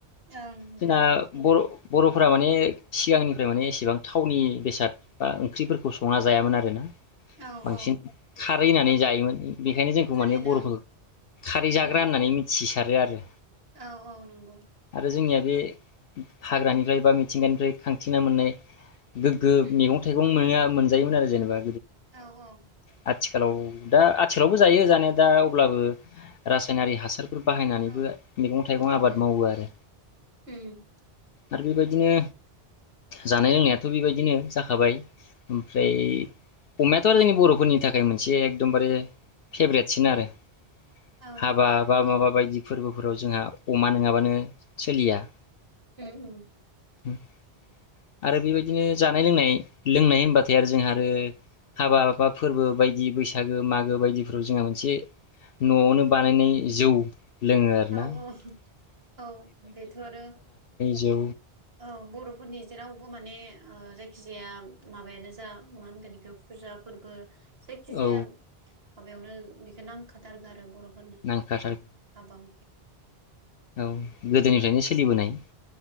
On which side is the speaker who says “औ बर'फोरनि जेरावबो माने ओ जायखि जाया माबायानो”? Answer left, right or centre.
Right